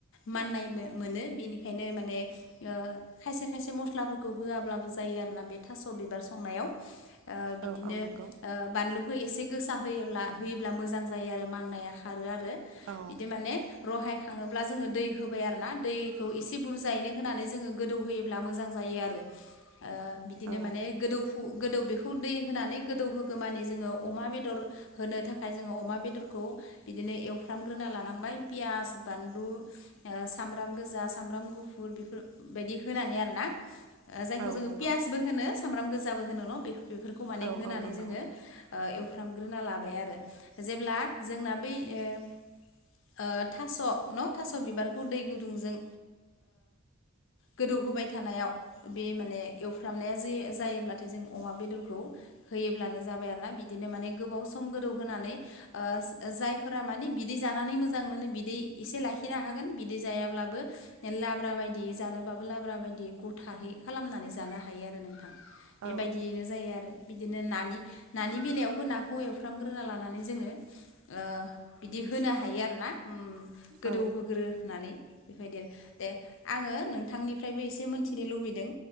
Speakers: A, on the left (about 65°); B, on the right (about 80°).
A: माननायबो मोनो बेनिखायनो माने ओ खायसे खायसे मसलाफोरखौ होआबाबो जायो आरो ना बे थास' बिबार संनायाव ओ बिदिनो
B: औ औ नंगौ
A: बानलुखौ एसे गोसा होयोब्ला होयोब्ला मोजां जायो आरो माननाया खारो आरो
B: औ
A: बिदि माने रहाय खाङोब्ला जोङो दै होबाय आरो ना दैखौ एसे बुरजायैनो होनानै जोङो गोदौहोयोब्ला मोजां जायो आरो ओ बिदिनो
B: औ
A: माने गोदौफु गोदौ बेखौ दै होनानै गोदौहोगोमानि जोङो अमा बेदर होनो थाखाय जोङो अमा बेदरखौ बिदिनो एव एवफ्रामग्रोना लानांबाय पियास बानलु ओ सामब्राम गोजा सामब्राम गुफुर बेफोर बायदि होनानै आरोना ओ जायखौ
B: औ
A: जोङो
B: नंगौ
A: पियासबो होनो सामब्राम गोजाबो होनो न' बेखौ बेफोरखौ माने
B: औ
A: होनानै
B: औ नंगौ
A: जोङो ओ एवफ्रामग्रोना ला लाबाय आरो जेब्ला जोंना बै ओ ओ थास' न' थास' बिबारखौ दै गुदुंजों गोदौ होबाय थानायाव बे माने एवफ्रामनाया जे जायोब्लाथाय जों अमा बेदरखौ होयोब्लानो जाबाय आरोना बिदिनो माने गोबाव सम गोदौ होनानै ओ जायफोरा माने बि बिदै जानानै मोजां मोनो बिदै एसे लाखिनो हागोन बिदै जायाब्लाबो लाब्रा बायदि जनो बाबो लाब्रा बायदि गथाहै खालामनानै जानो हायो आरो नोंथां। बेबायदियैनो
B: औ
A: जायो आरो बिदिनो नानि नानि बेलायावबो नाखौ एवफ्रामग्रोना लानानै जोङो ओ बिदि होनो हायो आर ना गोदौहोग्रोनानै
B: औ
A: बेबायदि दे आङो नोंथांनिफ्रायबो एसे मोनथिनो लुबैदों